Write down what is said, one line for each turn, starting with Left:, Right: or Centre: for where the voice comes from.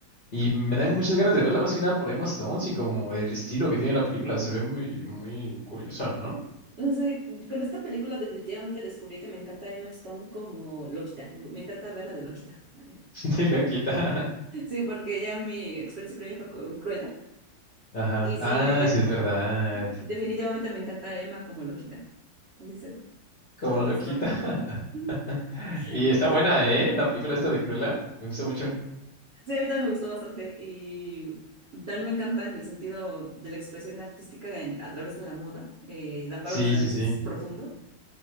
Left: Y me dan muchas ganas de verla más que nada por Emma Stone y como el estilo que tiene la película. Se ve muy, muy curiosa, ¿no?
Right: No sé, con esta película definitivamente descubrí que me encanta Emma Stone como loquita. Me, me encanta verla de loquita. Ay,
Left: <laughs> De loquita.
Right: Sí, porque ya mi experiencia previa fue con Cruella.
Left: Ajá.
Right: Y sí,
Left: Ah,
Right: me, de-
Left: sí, es verdad.
Right: definitivamente me encanta Emma como loquita. Así se,
Left: Como
Right: toda trastornada.
Left: loquita. <laughs>
Right: <laughs>
Left: Y
Right: No,
Left: está
Right: to-
Left: buena, ¿eh? La película esta de Cruella. Me gusta mucho.
Right: Sí, a mí también me gustó bastante. Y también me encanta en el sentido de la expresión artística en- a través de la moda. Eh, da para
Left: Sí,
Right: un análisis
Left: sí, sí.
Right: profundo.